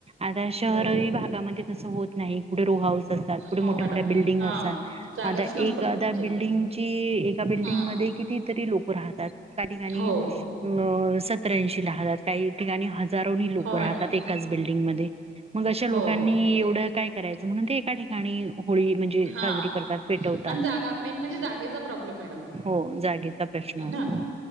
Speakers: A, on the right (about 30°); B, on the right (about 85°).
A: आता शहर
B: हो
A: भागामध्ये होत नाही कुठे रो हऊस असतात कुठे
B: हो
A: मोठ्या
B: मॅडम
A: मोठ्या बिल्डिंग
B: हा
A: असतात
B: जागाच
A: म एद्या
B: नसतात म्हणजे
A: बिल्डिंगची एका बिल्डिंगमध्येध्ये
B: हम्म
A: कितीतरी लोक राहतात त्या ठिकाणी
B: हो
A: अ सतऱ्याऐंशी लाहतात काही ठिकाणी हजारोनी लोक
B: हो
A: राहतात
B: मॅडम
A: एकाच बिल्डिंगमध्येध्ये मग अशा लोकांनी
B: हो
A: एवढं काय करायचं म्हणून ते एका ठिकाणी होळी म्हणजे
B: हा
A: साजरी करतात पेटवतात
B: आणि जागा मेन म्हणजे जागेचा प्रॉब्लेम मॅडम
A: हो जागेचा प्रश्न
B: ना
A: असतो.